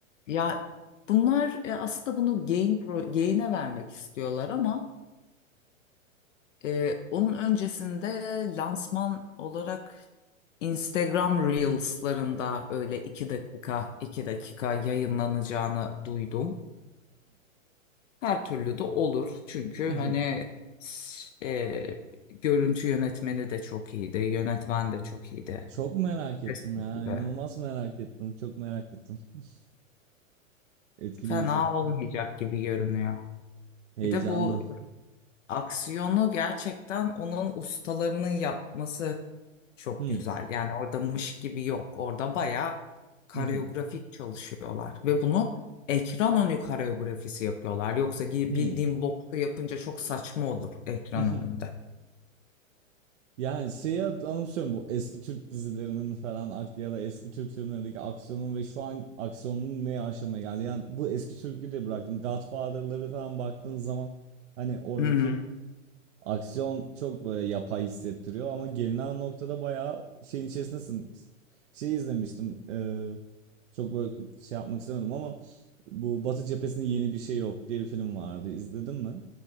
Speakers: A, on the left; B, on the right.
A: Ya bunlar e, aslında bunu Gain Pro, Gain'e vermek istiyorlar ama e, onun öncesinde lansman olarak Instagram Reels'larında öyle 2 dakika 2 dakika yayınlanacağını duydum. Her türlü de olur. Çünkü
B: <laughs>
A: hani s- e, görüntü yönetmeni de çok iyiydi, yönetmen de çok iyiydi.
B: Çok merak ettim
A: Kesinlikle.
B: ya. İnanılmaz merak ettim. Çok merak ettim. <laughs> Etkileyici.
A: Fena olmayacak gibi görünüyor.
B: Heyecanlı.
A: Bir de bu aksiyonu gerçekten onun ustalarının yapması çok
B: <laughs>
A: güzel. Yani orada mış gibi yok. Orada bayağı koreografik
B: Hı hı.
A: çalışıyorlar. Ve bunu ekran önü koreografisi yapıyorlar. Yoksa gi-
B: Hıı.
A: bildiğim boksu yapınca çok saçma olur ekran
B: Hı hı.
A: önünde.
B: Yani, şeyi hat anımsıyorum bu eski Türk dizilerinin falan ak ya da eski Türk filmlerindeki aksiyonun ve şu an aksiyonun ne aşamaya geldi. Yani bu eski Türk'ü de bıraktım. Godfather'ları falan baktığın zaman hani oradaki
A: Hı-hı.
B: aksiyon çok böyle yapay hissettiriyor ama gelinen noktada bayağı şeyin içerisindesin. Şey izlemiştim. eee, çok böyle şey yapmak istemedim ama bu Batı Cephesi'nin yeni bir şey yok diye bir film vardı. İzledin mi?